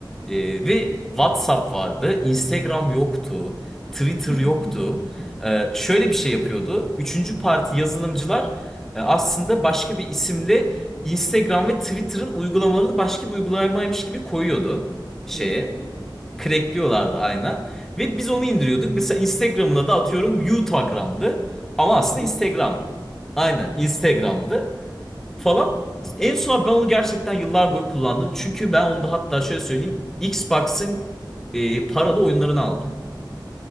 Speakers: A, in the centre; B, on the right (about 65°).
A: Ee,
B: Hı hı.
A: ve WhatsApp vardı. Instagram yoktu. Twitter
B: <laughs>
A: yoktu. Ee, şöyle bir şey yapıyordu. Üçüncü parti yazılımcılar e, aslında başka bir isimle Instagram ve Twitter'ın uygulamalarını başka bir uygulamaymış gibi koyuyordu şeye.
B: Crackliyorlardı.
A: Crackliyorlardı aynen. Ve biz onu indiriyorduk. Mesela Instagram'ına da atıyorum Utagram'dı. Ama
B: YouTube'dan.
A: aslında Instagram. Aynen Instagram'dı falan. En son ben onu gerçekten yıllar boyu kullandım. Çünkü ben onu da hatta şöyle söyleyeyim. Xbox'ın e, paralı oyunlarını aldım.